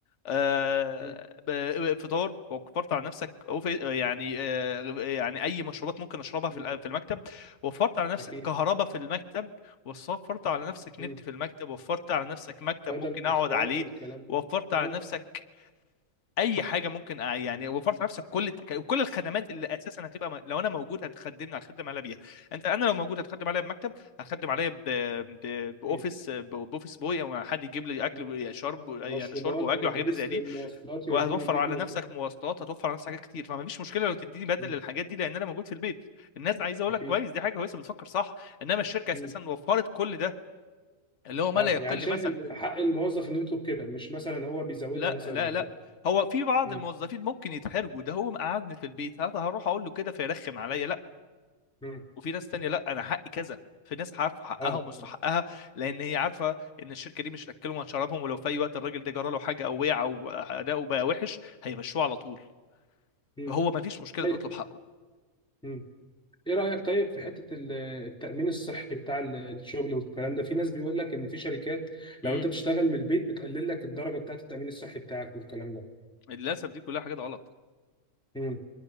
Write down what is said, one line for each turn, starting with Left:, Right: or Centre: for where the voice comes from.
Left: آه،
Centre: مم.
Left: آه، فطار وفرت على نفسك وف- يعني آه، يعني اي مشروبات ممكن اشربها في
Centre: مم.
Left: ال- في المكتب وفرت على نفسك
Centre: اكيد
Left: كهرباء في المكتب وفرت على نفسك
Centre: مم.
Left: نت في المكتب وفرت على نفسك مكتب
Centre: بدل
Left: ممكن
Centre: مواصلات
Left: اقعد عليه
Centre: الكلام ده
Left: وفرت
Centre: اه
Left: على نفسك اي حاجه ممكن أ- يعني وفرت
Centre: مم.
Left: على نفسك كل التك... كل الخدمات اللي اساسا هتبقى م- لو انا موجود هتخدمني هتخدم عليا بيها انت انا لو موجود هتخدم عليا بمكتب هتخدم عليا ب... ب... باوفيس
Centre: أكيد.
Left: ب- باوفيس بوي او حد يجيب لي اكل
Centre: مم.
Left: وشرب
Centre: آه.
Left: يعني
Centre: مشروبات
Left: شرب واكل
Centre: واتوبيس
Left: وحاجات زي دي
Centre: للمواصلات يوديني
Left: وهتوفر
Centre: ويجيبني
Left: على نفسك مواصلات هتوفر على نفسك حاجات كتير فما فيش مشكله لو تديني بدل
Centre: مم.
Left: للحاجات دي لان انا موجود في البيت الناس عايزه اقول
Centre: اكيد
Left: لك كويس دي حاجه كويسه بتفكر صح انما الشركه اساسا
Centre: مم.
Left: وفرت كل ده اللي هو ما
Centre: اه
Left: لا يقل
Centre: يعني شايف
Left: مثلا
Centre: ان حق الموظف انه يطلب كده مش مثلا هو بيزودها
Left: لا
Centre: مثلا
Left: لا
Centre: او
Left: لا
Centre: كده
Left: هو في بعض
Centre: مم.
Left: الموظفين ممكن يتحرجوا ده هو مقعدني في البيت هذا هروح اقول له كده فيرخم عليا لا
Centre: مم.
Left: وفي ناس تانية لا انا حقي كذا في ناس عارفه حقها
Centre: اه
Left: ومستحقها لان هي عارفه ان الشركه دي مش اكلهم وشربهم ولو في اي وقت الراجل ده جرى له حاجه او وقع او اداؤه بقى وحش هيمشوه على طول
Centre: مم.
Left: فهو ما فيش مشكله
Centre: طيب
Left: انه يطلب حقه
Centre: مم. ايه رايك طيب في حته ال- التامين الصحي بتاع ال- الشغل والكلام ده في ناس بيقول لك ان في شركات
Left: مم.
Centre: لو انت بتشتغل من البيت بتقلل لك الدرجه بتاعه التامين الصحي بتاعك والكلام ده
Left: للاسف دي كلها حاجات غلط
Centre: مم.